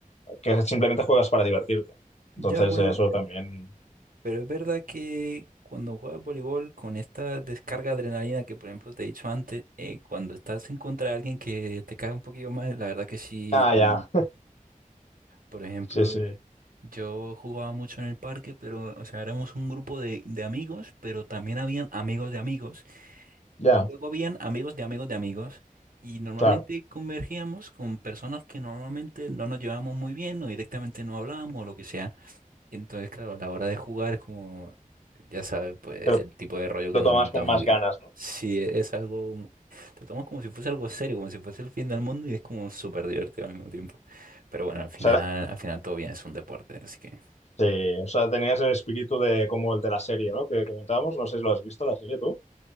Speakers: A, on the left; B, on the right.
A: que simplemente juegas para divertirte.
B: Ya,
A: Entonces,
B: bueno,
A: eso también.
B: pero es verdad que cuando juegas voleibol con esta descarga de adrenalina que, por ejemplo, te he dicho antes, eh, cuando estás en contra de alguien que te cae un poquillo mal, la verdad que sí.
A: Ah,
B: da-
A: ya.
B: Por ejemplo,
A: Sí, sí.
B: yo jugaba mucho en el parque, pero, o sea, éramos un grupo de, de amigos, pero también habían amigos de amigos.
A: Ya,
B: Y luego habían amigos de amigos de amigos y normalmente
A: claro.
B: convergíamos con personas que normalmente no nos llevábamos muy bien o directamente no hablábamos o lo que sea. Y entonces, claro, a la hora de jugar es como, ya sabes, pues
A: Pero
B: el tipo de rollo
A: lo
B: que nos
A: tomas
B: montamos
A: con más
B: aquí.
A: ganas, ¿no? O
B: Sí, e- es algo, tratamos como si fuese algo serio, como si fuese el fin del mundo y es como súper divertido al mismo tiempo. Pero bueno, al final,
A: sea, era-
B: al final todo bien, es un deporte, así que
A: sí, o sea, tenías el espíritu de como el de la serie, ¿no? Que comentábamos, no sé si lo has visto, la serie tú.